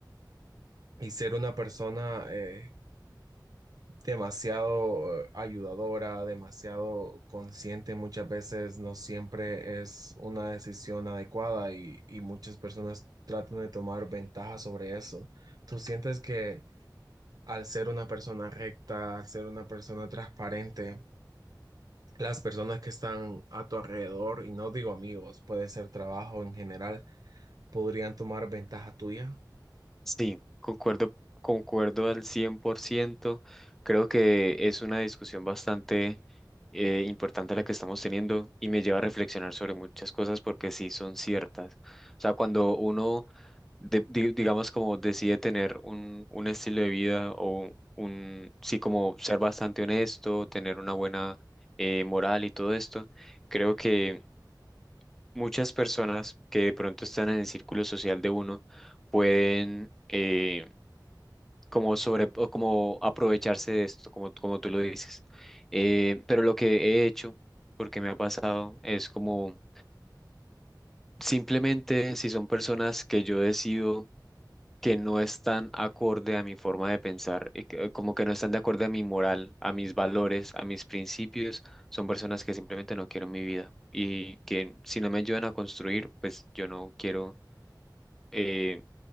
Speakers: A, on the right; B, in the centre.
A: y ser una persona... eh, demasiado eh, ayudadora, demasiado consciente, muchas veces no siempre es una decisión adecuada y, y muchas personas tratan de tomar ventaja sobre eso. ¿Tú sientes que al ser una persona recta, al ser una persona transparente, las personas que están a tu alrededor, y no digo amigos, puede ser trabajo en general, podrían tomar ventaja tuya.
B: Sí, concuerdo, concuerdo al 100%. Creo que es una discusión bastante eh, importante la que estamos teniendo y me lleva a reflexionar sobre muchas cosas porque sí son ciertas. O sea, cuando uno, de- di- digamos, como decide tener un, un estilo de vida o un, sí, como ser bastante honesto, tener una buena eh, moral y todo esto, creo que muchas personas que de pronto están en el círculo social de uno pueden eh, como sobre o como aprovecharse de esto, como, como tú lo dices. Eh, pero lo que he hecho, porque me ha pasado, es como simplemente si son personas que yo decido que no están acorde a mi forma de pensar, eh, que- como que no están de acuerdo a mi moral, a mis valores, a mis principios, son personas que simplemente no quiero en mi vida y que si no me ayudan a construir, pues yo no quiero eh,